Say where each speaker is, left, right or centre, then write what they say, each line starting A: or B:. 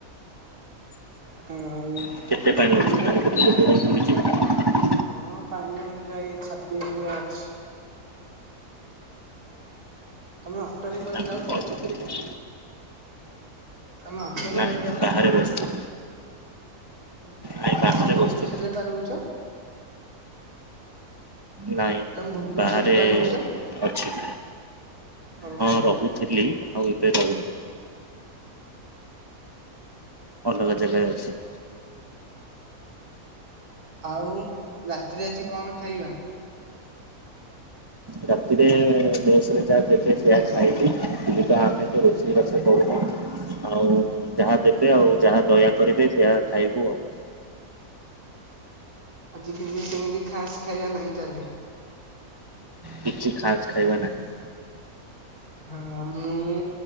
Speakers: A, on the right; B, on the right.
A: ତାଙ୍କ ଆଉ
B: କେତେ ପାଣି
A: ତମେ
B: ଅଛି ପାଣି ରେ କଣ ବୁଡ଼ିଯିବୁ
A: ହଁ ପାଣି ଏଇ ପ୍ରାଏ ଛାତିଏ ଭଳିଆ ଅଛି ତମେ ଅଟୋରେ କୁଆଡେ
B: ତା ଅଳ୍ପ
A: ଯାଉଚ କି?
B: ବୁଡିବ
A: ତମେ ଅଟୋ ରେ
B: ନାଇଁ
A: କୁଆଡେ
B: ନାଇଁ
A: ଯାଉଚକି?
B: ବାହାରେ ବସିଛି
A: ଓ
B: ନାଇଁ ବାହାରେ
A: ତମେ ଭୁବନେଶ୍ଵର
B: ବସିଛି
A: ଯାଇପା ରହୁଛ।
B: ନାଇଁ
A: ତମେ ଭୁବନେଶ୍ୱରରେ
B: ବାହାରେ
A: ପା ରହୁଛ
B: ଅଛି
A: ଓହୋ
B: ହଁ ରହୁ ଥିଲି ଆଉ ଏବେ ରହୁନି। ଅଲଗା ଜାଗାରେ ଅଛି।
A: ଆଉ ରାତିରେ ଆଜି କଣ ଖାଇବା।
B: ରାତିରେ ମେସ୍‌ରେ ଯାହା ଦେବେେ ସେଇଆ ଖାଇଲି ଯିବା ଆମେ ତ ରୋଷେଇବାସ କରୁନୁ। ଆଉ ଯାହା ଦେବେ ଆଉ ଯାହା ଦୟା କରିବେ ସେଇଆ ଖାଇବୁ ଆଉ
A: ଆଜି କି ସେମିତି ଖାସ୍ ଖାଇବା ନାଇଁ ତାହେଲେ।
B: କିଛି ଖାସ ଖାଇବା ନାହିଁ।
A: ହଁ ମୁଁ